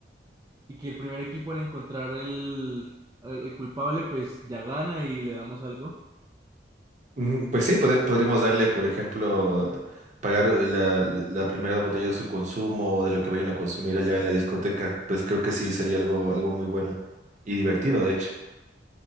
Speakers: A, on the right (about 20°); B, on the right (about 45°).
A: y que el primer equipo en encontrar el, el- el culpable, pues ya gana y le damos algo.
B: Mm, Pues sí, pode- podríamos darle, por ejemplo, eh, pagar eh, la, la primera botella de su consumo o de lo que vayan a consumir allá en la discoteca. Pues creo que sí sería algo, algo muy bueno y divertido, de hecho.